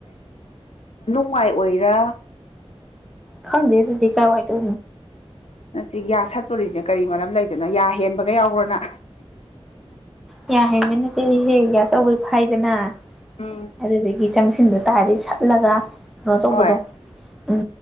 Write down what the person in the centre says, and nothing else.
ꯈꯪꯗꯦ ꯑꯗꯨꯗꯤ ꯀꯥꯏ ꯋꯥ ꯇ
ꯌꯥ ꯍꯦꯟꯕꯩ ꯅꯠꯇꯦ ꯑꯩꯍꯦ ꯆꯧꯕꯩ ꯐꯥꯏꯗꯅ
ꯑꯗꯨꯗꯒꯤ ꯆꯪꯁꯤꯟꯕ ꯇꯥꯔꯗꯤ ꯁꯠꯂꯒ ꯀꯩꯅꯣ ꯇꯧꯕꯗꯣ
ꯑꯝ